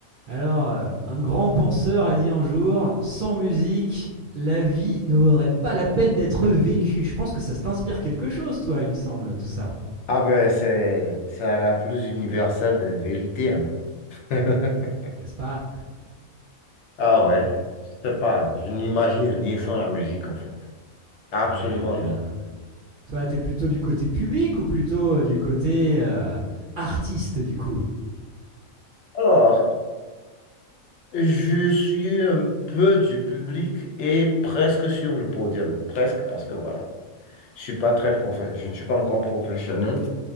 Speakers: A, on the right (about 65°); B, on the left (about 65°).
A: Alors, euh, un grand penseur a dit un jour, sans musique, la vie ne vaudrait pas la peine d'être vécue. Je pense que ça t'inspire quelque chose, toi, il me semble, tout ça.
B: Ah ben, c'est, c'est la plus universelle des vérités. hein. <laughs>
A: N'est-ce pas
B: Ah ouais, je sais pas, je n'imagine rien sans la musique en fait. Absolument
A: Ouais, mais
B: rien.
A: là... Toi, t'es plutôt du côté public ou plutôt euh, du côté euh, artiste, du coup
B: Alors, je suis un peu du public et presque sur le podium. Presque parce que voilà, je suis pas très profe- je ne suis pas encore professionnel